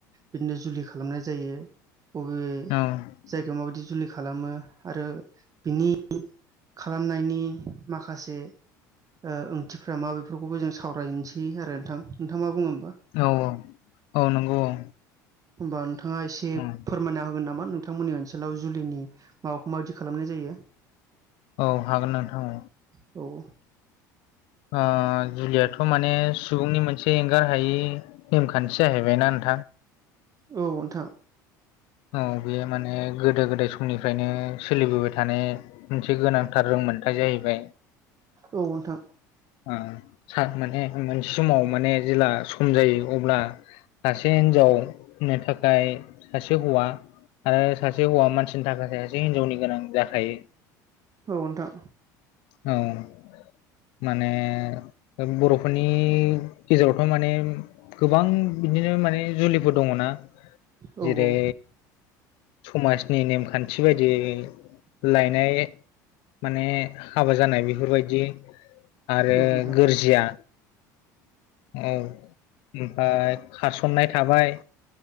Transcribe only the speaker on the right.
बिदिनो जुलि खालामनाय जायो । बबे
जायगायाव माबायदि जुलि खालामो आरो बिनि खालामनायनि माखासे ओ ओंथिफ्रा मा बेफोरखौबो जों सावरायनोसै आरो नोंथां नोंथाङ मा बुङो होमबा?
होमबा नोंथाङा एसे
फोरमायना होगोन नामा? नोंथांमोननि ओनसोलाव जुलिनि माबाखौ माबायदि खालामनाय जायो
औ'
औ नोंथां
औ नोंथां
औ नोंथां
औ
औ
नोंथां